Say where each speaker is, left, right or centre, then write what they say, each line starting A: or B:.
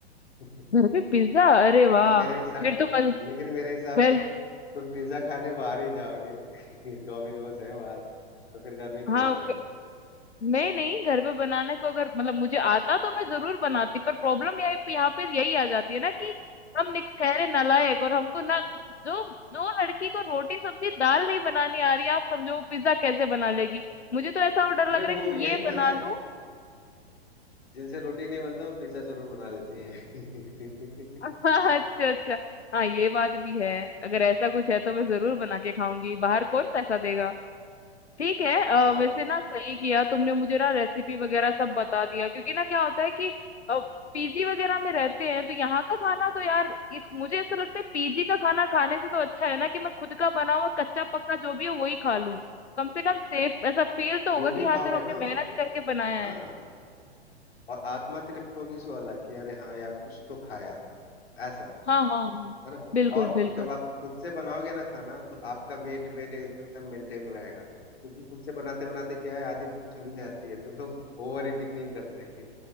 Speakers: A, on the left; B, on the left.
A: <laughs>
B: घर पे पिज्जा अरे
A: लेकिन
B: वाह
A: मेरे हिसाब
B: फिर तो मज
A: लेकिन मेरे हिसाब
B: फिर
A: से तुम पिज्जा खाने बाहर ही जाओगे <laughs> डोमिनोज है बाहर तो फिर घर में क्यों
B: हाँ
A: बनाओगे
B: मैं नहीं घर पे बनाने को अगर मतलब मुझे आता तो मैं जरूर बनाती पर प्रॉब्लम यही यहाँ पे यही आ जाती है ना कि हम निक- ठहरे नालायक और हमको ना जो जो लड़की को रोटी सब्जी दाल नहीं बनानी आ रही आप समझो वो पिज्जा कैसे बना लेगी मुझे तो ऐसा और डर
A: अरे
B: लग
A: वो
B: रहा है कि
A: यही
B: ये
A: तो
B: बना
A: है
B: लूं
A: जिनसे रोटी नहीं बनता वो पिज्जा जरूर बना लेती है <laughs>
B: <laughs> हाँ, अच्छा अच्छा हाँ ये बात भी है अगर ऐसा कुछ है तो मैं जरूर बना के खाऊंगी बाहर कौन पैसा देगा ठीक है अ,
A: हाँ
B: वैसे ना सही किया तुमने मुझे ना रेसिपी वगैरह सब बता दिया क्योंकि ना क्या होता है कि पीजी वगैरह में रहते हैं तो यहाँ का खाना तो यार इस मुझे ऐसा लगता है पीजी का खाना खाने से तो अच्छा है ना कि मैं खुद का बना हुआ कच्चा पक्का जो भी है वही खा लूं कम से कम सेफ ऐसा फील तो
A: जो
B: होगा कि
A: भी
B: हाँ
A: खाओगे
B: चलो हमने
A: ना उसमें
B: मेहनत करके बनाया
A: हाँ
B: है
A: और आत्मा तृप्त होगी सो अलग कि अरे हाँ यार कुछ तो खाया ऐसा
B: हाँ हाँ हाँ,
A: है ना
B: बिल्कुल
A: और
B: बिल्कुल
A: जब आप खुद से बनाओगे ना खाना तो आपका वेट वेट एकदम मेंटेन रहेगा क्योंकि खुद से बनाते बनाते क्या है आधी भूख चली जाती है तो लोग ओवर ईटिंग नहीं करते